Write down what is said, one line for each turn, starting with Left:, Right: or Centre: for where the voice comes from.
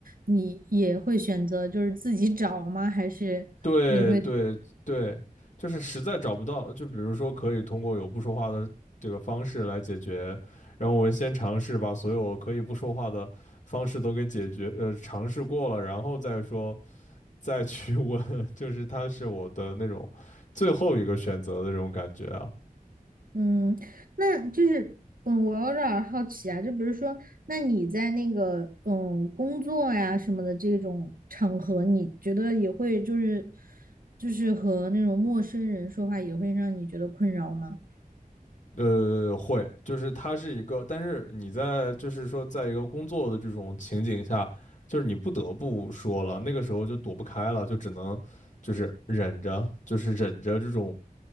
Right: 你也会选择就是自己找吗？还是你会？
Left: 对对对，就是实在找不到了，就比如说可以通过有不说话的这个方式来解决，然后我先尝试把所有可以不说话的方式都给解决，呃，尝试过了，然后再说再去问，<laughs> 就是它是我的那种最后一个选择的这种感觉啊。
Right: 嗯，那就是，嗯，我有点儿好奇啊，就比如说，那你在那个嗯工作呀什么的这种场合，你觉得也会就是就是和那种陌生人说话，也会让你觉得困扰吗？
Left: 呃，会，就是它是一个，但是你在就是说，在一个工作的这种情景下，就是你不得不说了，那个时候就躲不开了，就只能就是忍着，就是忍着这种